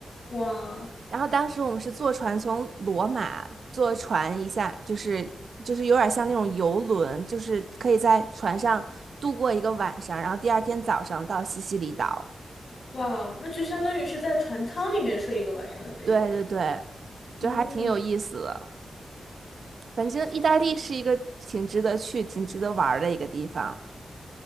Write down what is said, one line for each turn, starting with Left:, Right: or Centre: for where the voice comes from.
Left: 哇
Right: 然后当时我们是坐船从罗马坐船一下，就是就是有点像那种游轮，就是可以在船上度过一个晚上，然后第二天早上到西西里岛。
Left: 哇，那就相当于是在船舱里面睡一个晚上的那种。
Right: 对对对，就还挺有意思的。
Left: 嗯，
Right: 反正意大利是一个挺值得去、
Left: 谢谢。
Right: 挺值得玩儿的一个地方。